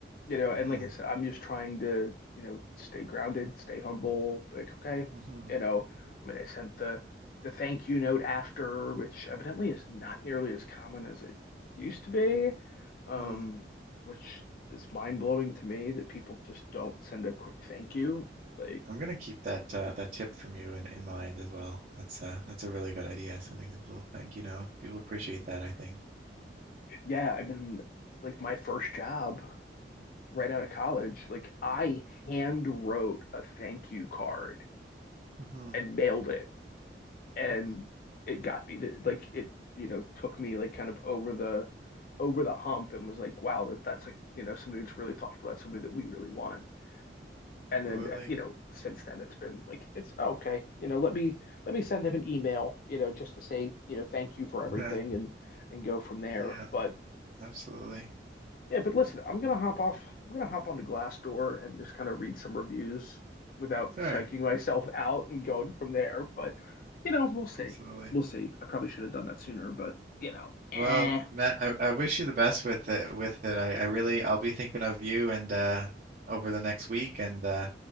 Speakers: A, on the left; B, on the right.
A: you know,
B: hmm
A: and like I said, I'm just trying to, you know, stay grounded, stay humble, like, okay,
B: hmm
A: you know, I mean, I sent the the thank you note after, which evidently is not nearly as common as it used to be, um,
B: hmm
A: which is mind blowing to me that people just don't send a quick thank you. Like,
B: I'm gonna keep that uh, that tip from you in, in mind as well. That's uh, that's a really good idea, sending a little thank you note. People appreciate that, I think.
A: yeah, I mean, like my first job, right out of college, like I hand wrote a thank you card
B: Mm-hmm,
A: and mailed it, and
B: hmm
A: it got me the, like it, you know, took me like kind of over the over the hump and was like, wow, that that's like, you know, somebody that's really thoughtful. That's somebody that we really want. And then,
B: Absolutely.
A: uh, you know, since then it's been like it's oh, okay, you know, let me let me send them an email, you know, just to say, you know, thank you for everything
B: Yeah,
A: and and go from there.
B: yeah,
A: But
B: absolutely.
A: Yeah, but listen, I'm gonna hop off. I'm gonna hop onto Glassdoor and just kind of read some reviews without
B: Sure,
A: psyching myself <laughs> out and going from there. But you know, we'll see.
B: absolutely.
A: We'll see. I probably should have done that sooner, but you know, eh.
B: Well, Matt, I, I wish you the best with it with it. I, I really I'll be thinking of you and uh over the next week and uh